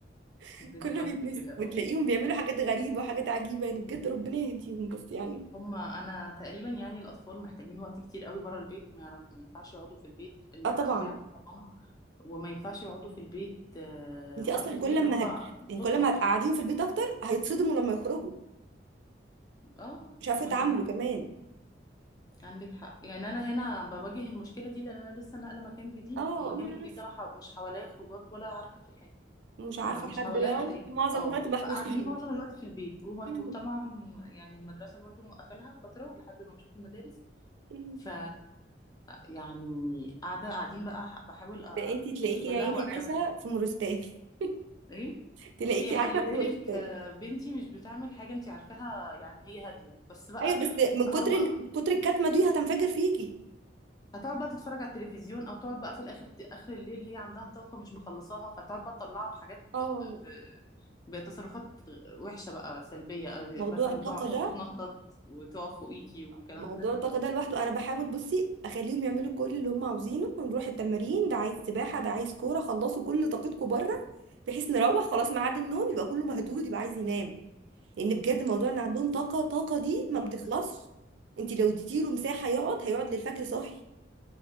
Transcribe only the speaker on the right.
<laughs>
كل ده بيتنسي
وتلاقيهم
بيعملوا حاجات غريبة وحاجات عجيبة يعني بجد ربنا يهديهم بس يعني
اه طبعا
انت
اصلا
كل
ما هت... يعني
كل
ما هتقعديهم في البيت اكتر هيتصدموا لما يخرجوا
مش عارفه
يتعاملوا
كمان
اه
ما انا
عارفه
ومش عارفه
حد
يعني
معظم
الوقت محبوسين
مم.
مم.
ده انت تلاقيكي
يا عيني
عايشه في مورستان <laughs>
تلاقيكي
عايشه
في مورستان
ايوه بس من
كتر ال- من كتر الكتمه دي هتنفجر فيكي
اه
موضوع
الطاقه
ده
موضوع
الطاقه ده لوحده انا بحاول بصي اخليهم يعملوا كل اللي هم عاوزينه ونروح التمارين ده عايز سباحه ده عايز كوره خلصوا كل طاقتكم بره بحيث نروح خلاص ميعاد النوم يبقى كله مهدود يبقى عايز ينام لان بجد موضوع ان عندهم طاقه طاقه دي ما
بتخلصش انت لو اديتي له مساحه يقعد هيقعد للفجر صاحي